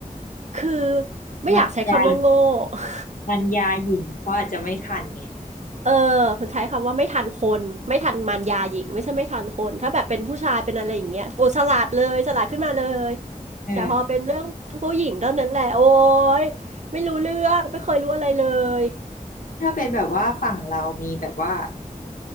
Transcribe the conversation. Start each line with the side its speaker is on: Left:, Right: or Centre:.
Right: คือไม่อยากใช้คำว่าโง่
Left: มายา
Right: <laughs>
Left: มันยาหญิงเขาอาจจะไม่ทันไง
Right: เออมันใช้คำว่าไม่ทันคนไม่ทันมารยาหญิงไม่ใช่ไม่ทันคนถ้าแบบเป็นผู้ชายเป็นอะไรอย่างเงี้ยโอ้ฉลาดเลยฉลาดขึ้นมาเลย
Left: เออ
Right: แต่พอเป็นเรื่องผู้หญิงเท่านั้นแหละโอ้ยไม่รู้เรื่องไม่เคยรู้อะไรเลย
Left: ถ้าเป็นแบบว่าฝั่งเรามีแบบว่า